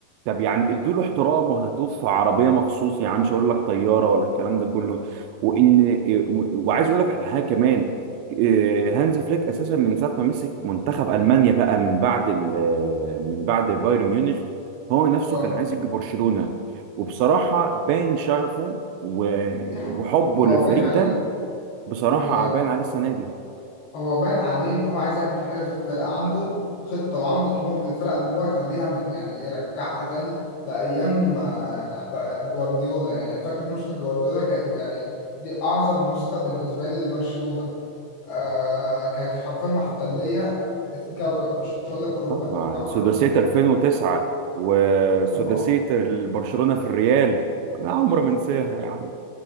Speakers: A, on the right; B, on the left.
A: طب يعني ادوا له احترام وهاتوه في عربيه مخصوص يعني مش هقول لك طياره ولا الكلام ده كله وان وعايز اقول لك على حاجه كمان آه، هانز فليك اساسا من ساعه ما مسك منتخب المانيا بقى من بعد ال آه، من بعد بايرن ميونخ هو نفسه
B: اه
A: كان عايز يجي برشلونه وبصراحه باين شغفه و-
B: دي حقيقة
A: وحبه
B: هو
A: للفريق
B: باين عليه
A: ده بصراحه
B: هو يعني
A: باين عليه السنه دي
B: هو باين عليه ان هو عايز يعمل حاجه في الفرقه عنده خطه وعنده طموح للفرقه ان هو يخليها من يعني يرجعها تاني لايام آه، بقى جوارديولا يعني فاكر نسخه جوارديولا كانت يعني دي اعظم نسخه بالنسبه لي لبرشلونه آه كانت حرفيا محتليه الكوكب مش هقول لك اوروبا
A: طبعا
B: الكوكب
A: سداسيه 2009 وسداسيه
B: كله.
A: برشلونه في الريال لا عمر ما انساها يا عم